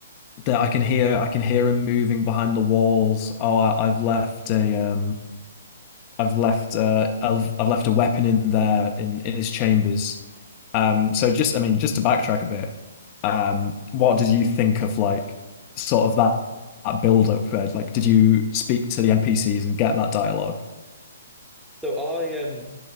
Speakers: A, on the left; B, in the centre.
A: that I can hear I can hear him moving behind the walls. Oh, I, I've left a um I've left uh I've I've left a weapon in there in in his chambers. Um so just I mean just to backtrack a bit, um what did you think of like sort of that that build up Red? Like did you speak to the NPCs and get that dialogue?
B: So I um